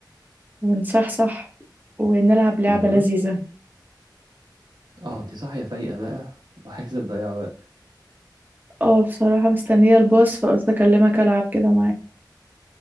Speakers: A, on the right; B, on the right.
A: ونصحصح ونلعب لعبه
B: امم
A: لذيذه
B: اه انت صاحيه فايقه بقى <laughs> وعايزه تضيع وقت
A: اه بصراحه مستنيه الباص فقلت اكلمك العب كده معاك